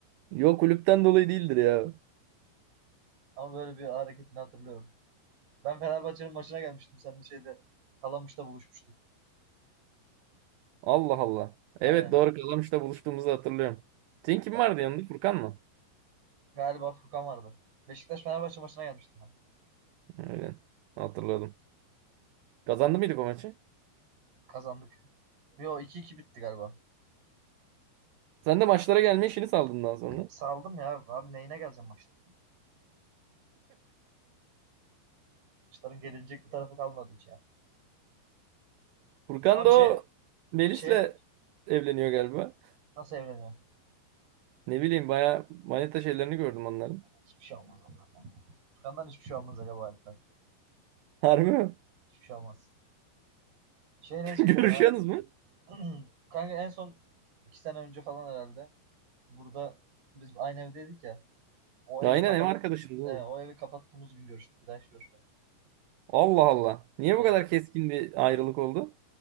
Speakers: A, on the right (about 85°); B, on the right (about 55°).
A: Yok kulüpten dolayı değildir ya.
B: Ama böyle bir hareketini hatırlıyorum. Ben Fenerbahçe'nin maçına gelmiştim. sen bir şeyde Kalamış'ta buluşmuştuk.
A: Allah Allah.
B: Aynen.
A: Evet doğru Kalamış'ta buluştuğumuzu hatırlıyorum. Senin kim
B: Bak,
A: vardı yanında? Furkan mı?
B: Galiba Furkan vardı. Beşiktaş Fenerbahçe maçına gelmiştim ben.
A: Öyle. Hatırladım. Kazandı mıydık o maçı?
B: Kazandık. Yo iki iki bitti galiba.
A: Sen de maçlara gelme işini saldın daha sonra.
B: Saldım ya. Abi neyine geleceğim maçlara? Maçların gelinecek bir tarafı kalmadı hiç ya.
A: Furkan
B: Abi
A: da
B: şey,
A: o Melis'le
B: şey
A: evleniyor galiba.
B: nasıl evleniyor?
A: Ne bileyim baya manita şeylerini gördüm onların.
B: Hiçbir şey olmaz onlar. Furkan'dan hiçbir şey olmaz Aga bu hayatta.
A: Harbi mi?
B: Hiçbir şey olmaz. Şey ne diyecektim
A: <laughs> Görüşüyorsunuz
B: ya?
A: mu?
B: <clears throat> Kanka en son iki sene önce falan herhalde. Burada biz aynı evdeydik ya. O
A: Aynen
B: evi kapat
A: ev arkadaşındı
B: e,
A: oğlum.
B: o evi kapattığımız gün görüştük. Bir daha hiç görüşmedik.
A: Allah Allah. Niye
B: Aynen.
A: bu kadar keskin bir ayrılık oldu?